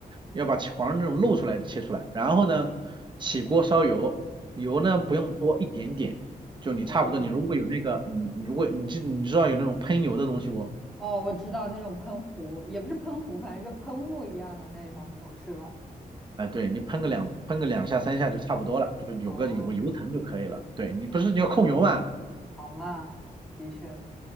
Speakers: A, on the right; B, in the centre.
A: 要把黄那种露出来的切出来。然后呢，起锅烧油，油呢不用多，
B: 嗯，
A: 一点点，就你差不多，
B: 哦
A: 你如果有那个，你你如果你知你知道有那种喷油的东西不？
B: 哦，我知道那种喷壶，也不是喷壶，反正就喷雾一样的那种油是吧？
A: 哎，对你喷个两喷个两下三下就差不多了，就有个有个油层就可以了。
B: 哦，
A: 对你不是你要控油嘛？
B: 好嘛，的确。